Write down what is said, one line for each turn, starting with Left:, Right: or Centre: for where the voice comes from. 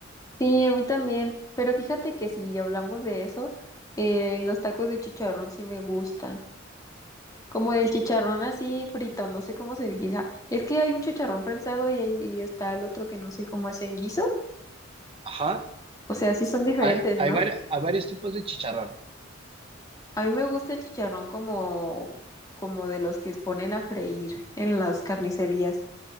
Left: Sí, a mí también, pero fíjate que si hablamos de eso, eh, los tacos de chicharrón sí me gustan. Como el chicharrón así frito, no sé cómo se diga. Es que hay un chicharrón prensado y, hay- y está el otro que no sé cómo es en guiso.
Right: Ajá,
Left: O sea, sí son diferentes,
Right: hay, hay,
Left: ¿no?
Right: vari- hay varios tipos de chicharrón.
Left: A mí me gusta el chicharrón como, como de los que ponen a freír en las carnicerías.